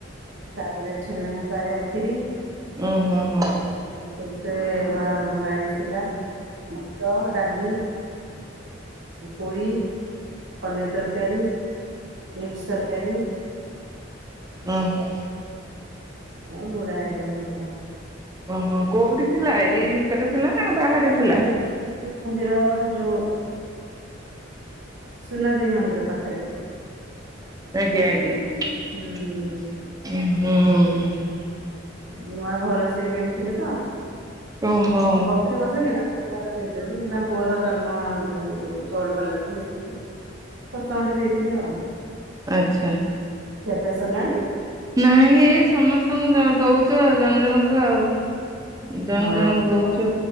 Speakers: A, on the right; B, on the right.
A: ତାପରେ ଛେନାପାୟା ଖିରି। ଏ
B: ଓହୋ ହୋ
A: କେତେ ହ୍ବା ହ୍ବାଇ ଥିଲା? ଭାତ ଡାଲି ପୁରୀ। ପନିଅରି ତରକାରୀ ମିକ୍ସି ତରକାରୀ।
B: ଓ ହୋ।
A: ଏ ଗୁଡାଏ ଆଇଟମ୍ ହେଇଥିଲା।
B: ଓହୋ କୋଉଠି ଥିଲା ଏଇ ଭିତରେ ଥିଲା ନା। ବାହାରେ
A: <inaudible>
B: ଥିଲା?
A: ମନ୍ଦିର ଯୋଉ। ସୁନାଦେଇ ମନ୍ଦିର ପାଖରେ।
B: ଆଜ୍ଞା ଆଜ୍ଞା।
A: ହୁଁ।
B: <inaudible> ହୁଁ।
A: ନୂଆ ଘର ସିଏ କିଣିଥିଲେ ତ।
B: ଓହୋ।
A: ବର୍ଷେ ହେଇଗଲା ଘରେ ସେଭିତରେ କିନ୍ତୁ ତାଙ୍କ ପୁଅର ଜନ୍ମ ଯୋଉ ଷୋହଳ ପାଲା ଯୋଉ ମିଶିକି। ଶତଙ୍ଗଠି ଦେଇଥିଲେ ଆଉ।
B: ଆଚ୍ଛା।
A: ଖିଆ ପିଆ ସରିଲାଣି?
B: ନାହଁ ଏଇ ସମସ୍ତଙ୍କୁ ଦୋଉଚୁ ଆଉ ଜଣଜଣଙ୍କୁ ଆଉ। ଜଣ
A: ହଁ
B: ଜଣଙ୍କୁ ଦଉଚୁ